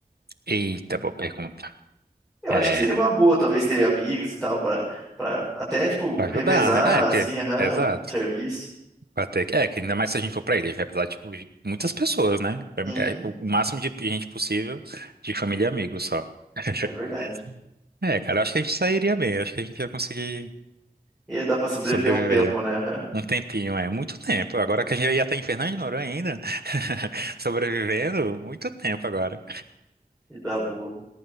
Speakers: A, on the right; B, in the centre.
A: Eita, boa pergunta.
B: Eu
A: É,
B: acho que seria uma boa, talvez, ter amigos e tal, pra, pra até, tipo,
A: pra ajudar,
B: revezar,
A: né? É, porque.
B: assim, aham,
A: Exato.
B: serviço.
A: Pra ter... que- É, que ainda mais se a gente for pra ilha, a gente vai precisar, tipo, de muitas pessoas, né?
B: Uhum,
A: É, é, o máximo de gente possível, de família e amigos só. <laughs>
B: é verdade.
A: É, cara, eu acho que a gente sairia bem, eu acho que a gente ia conseguir
B: Ia dar pra sobreviver
A: sobreviver.
B: um tempo, né, aham,
A: Um tempinho, é muito tempo. Agora que a gente ia estar em Fernando de Noronha ainda, <laughs> sobrevivendo, muito tempo agora.
B: e dar boa.